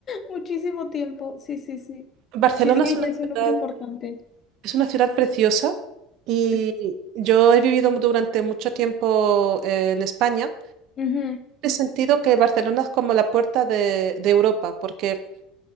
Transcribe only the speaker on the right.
Barcelona
es una
ciudad,
es una ciudad preciosa y
yo he vivido durante mucho tiempo eh, en España.
He sentido que Barcelona es como la puerta de, de Europa, porque